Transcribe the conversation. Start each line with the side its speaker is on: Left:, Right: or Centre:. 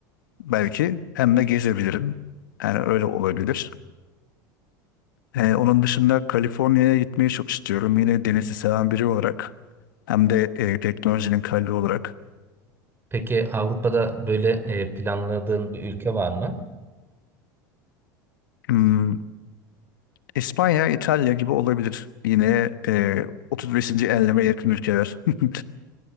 Left: belki hem de gezebilirim. Yani öyle olabilir. Ee, onun dışında Kaliforniya'ya gitmeyi çok istiyorum. Yine denizi seven biri olarak hem de e, teknolojinin kalbi olarak.
Right: Peki Avrupa'da böyle e, planladığın bir ülke var mı?
Left: Hmm, İspanya, İtalya gibi olabilir. Yine e, 35. enleme yakın ülkeler. <laughs>